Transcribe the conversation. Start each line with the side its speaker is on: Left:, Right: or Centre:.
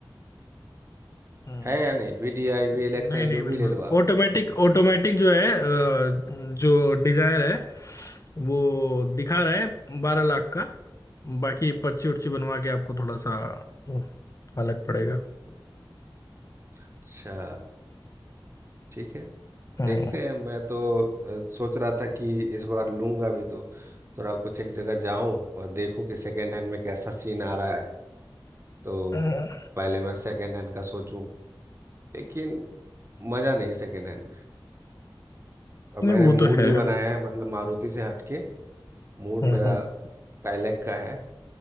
Left: आप
Right: है या नहीं V D I
Left: नहीं
Right: V L X I
Left: नहीं
Right: जो
Left: बिल्कुल
Right: भी ले लो आप
Left: ऑटोमेटिक ऑटोमेटिक जो है अ, जो डिजायर है वो दिखा रहा है बारह लाख का बाकी पर्ची उर्ची बनवा के आपको थोड़ा सा अ, अलग पड़ेगा
Right: अच्छा ठीक है
Left: हम्म,
Right: देखते हैं मैं तो अ, सोच रहा था कि इस बार लूंगा भी तो थोड़ा कुछ एक जगह जाऊं और देखूं कि सेकेंड हैंड में कैसा सीन आ रहा है तो
Left: हम्म।
Right: पहले मैं सेकेंड हैंड का सोचूं लेकिन मज़ा नहीं है सेकेंड हैंड में और मैंने
Left: नहीं वो
Right: मूड
Left: तो है
Right: भी बनाया है मतलब मारुति से हटके मूड
Left: हम्म,
Right: मेरा
Left: हम्म।
Right: काइलैक का है